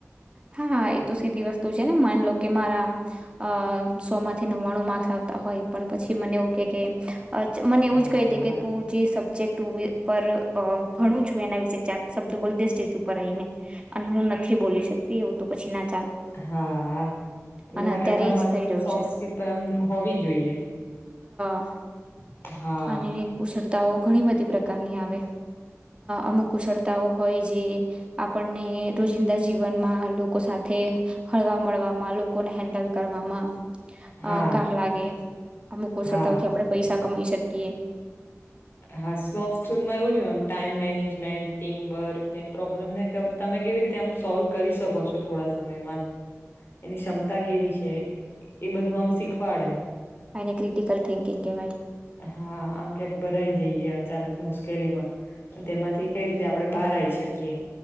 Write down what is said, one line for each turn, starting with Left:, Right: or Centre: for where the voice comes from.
Right: હા હા એ તો સીધી વસ્તુ છે ને માન લો કે મારા અ સો માંથી નવ્વાણું માર્ક્સ આવતા હોય પણ પછી મને એવું કે કે અ મને એવું
Left: હા
Right: જ કહી દે કે તું જે શબ્દ ટુ વ્લ પર ભણું છું એના વિશેે ચાર શબ્દો બો દે સ્ટ ઉપ આવીને અને હું નથી બોલી શકતો એવું તો પછી ના
Left: હા એના
Right: અને
Left: માટે
Right: અત્યારે
Left: આપણામાં
Right: એજ થઈ રહ્યું
Left: સોફ્ટ
Right: છે
Left: સ્કીલ પણ આમ હોવી જોઈએ
Right: હ
Left: હા
Right: અને કુશળતાઓ ઘણી બધી પ્રકારની આવે અમુક કુશળતાઓ હોય જે આપણને રોજિંદા જીવનમાં લોકો સાથે હળવા મળવામાં લોકોને હેન્ડલ કરવામાં
Left: હા
Right: અ કામ લાગે અમુકુશળતાથી
Left: હા
Right: આપડે પૈસા કમાઈ શકીએ કે
Left: હા સોફ્ટ સ્કૂલમાં એવું જોય આમ ટાઈમ મેનેજમેન્ટ ટીમવર્ક ને પ્રોબ્લેમને તમે કેવી રીતે આમ સોલ્વ કરી શકો છો થોડા સમયમાં એની ક્ષમતા કેવી છે એ બધું આમ શીખવાડે
Right: એને ક્રિટિકલ થિંકિંગ કહેવાય
Left: હા આમ ક્યાંક ભરાઈ જઈએ અચાનક મુશ્કેલીમાં તેમાંથી કઈ રીતે આપડણે બહાર આવી શકીએ